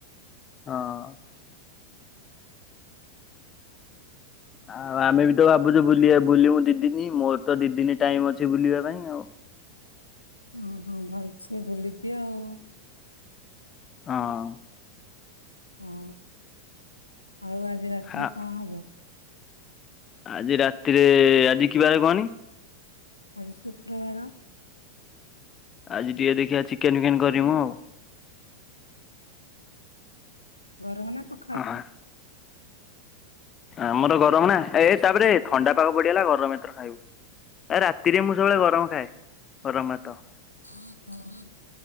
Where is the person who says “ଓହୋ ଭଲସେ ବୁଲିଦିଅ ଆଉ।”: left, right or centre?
Left